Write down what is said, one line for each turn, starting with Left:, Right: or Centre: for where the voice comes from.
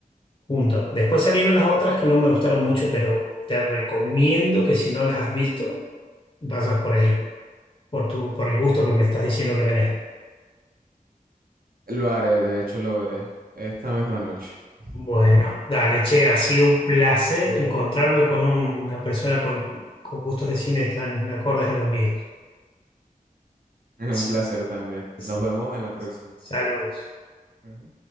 Left: juntos. Después salieron las otras que no me gustaron mucho, pero te recomiendo que si no las has visto vayas por ahí, por tu, por el gusto que me estás diciendo que tenés.
Right: Lo haré, de hecho lo veré esta misma noche. <laughs>
Left: Bueno, dale, che, ha sido un placer encontrarme con una persona con, con gustos de cine tan acordes a los míos.
Right: Es
Left: S-
Right: un placer también.
Left: s-
Right: Nos vemos en la próxima.
Left: Saludos.
Right: Ujú.